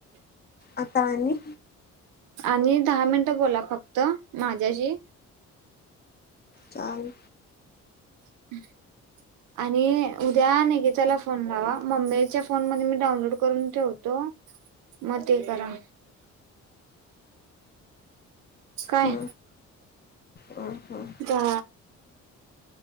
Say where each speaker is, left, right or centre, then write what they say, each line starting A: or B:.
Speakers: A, on the left (about 35°); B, on the right (about 90°).
A: आता आणि
B: आणि दहा मिन टं बोला फक्त माझ्याशी
A: चाल
B: <unintelligible> आणि उद्या निकीताला फोन लावा मम्मीच्या फोन मध्ये मी डाउनलोड करून ठेवतो. म ते करा काय
A: हा हा हा
B: जा